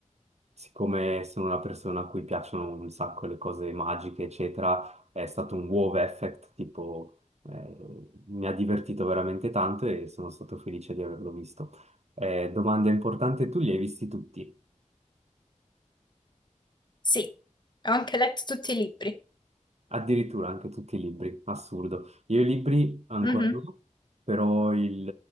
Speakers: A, on the right; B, on the left.
A: siccome sono una persona a cui piacciono un sacco le cose magiche, eccetera, è stato un wow effect, tipo, eh, mi ha divertito veramente tanto e sono stato felice di averlo visto. Eh, domanda importante, tu li hai visti tutti,
B: Sì, ho anche letto tutti i libri.
A: addirittura anche tutti i libri, assurdo. Io i libri ancora
B: Mhm,
A: no, però il-